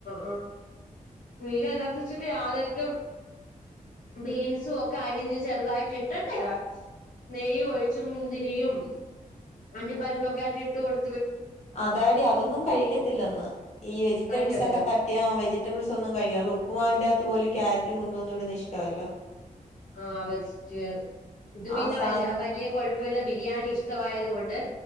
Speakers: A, on the left (about 65°); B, on the left (about 50°).
A: ആ നീക എല്ലാര്ത്തച്ചൊക്കെ ആരായ്ട്ടും ബീൻസും ഒക്കെ അരിഞ്ഞ് ചെറുതായിട്ടിട്ടട്ടെ നെയ്യും ഒഴിച്ചു മുന്തിരിയും അണ്ടിപ്പരിപ്പൊക്കെയായിട്ടിട്ട് കൊടു
B: അതാടി അതൊന്നും കഴിക്കത്തില്ലന്ന്. ഈ വെജിറ്റബിൾസ്
A: കഴിക്കത്തില്ല
B: ഒക്കെ തട്ടിയാ വെജി റ്റബിൾസ് ഒന്നും കഴിക്കാൻ നമ്മളുപ്പുമാവിന്റാത്ത് പോലും ക്യാരറ്റും കുന്തോന്നും ഇടുന്ന ഇഷ്ടവല്ല.
A: ആ ബെസ്റ്റ്. ഇത് പിന്നെ
B: ആ സാധനം
A: വല്ല വലിയ കൊഴ ബിരിയാണി ഇഷ്ടമായത് കൊണ്ട്